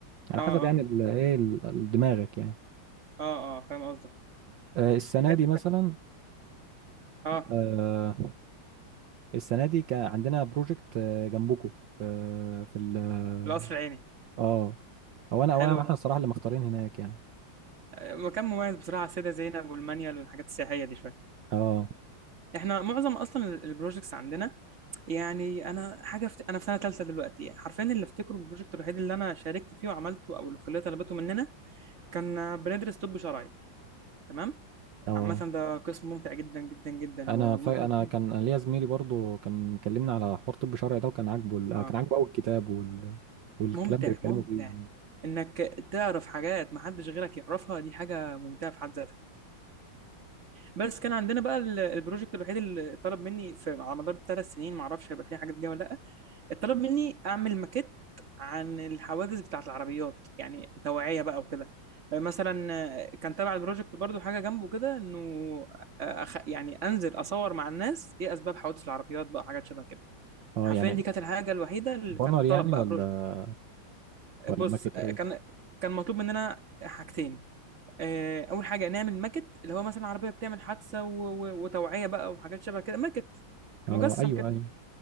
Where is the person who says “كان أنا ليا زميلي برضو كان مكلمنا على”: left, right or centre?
Right